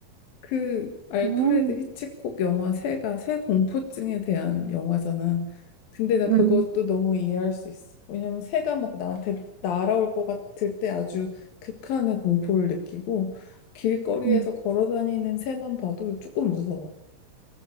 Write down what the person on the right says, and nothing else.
음,
음.
음.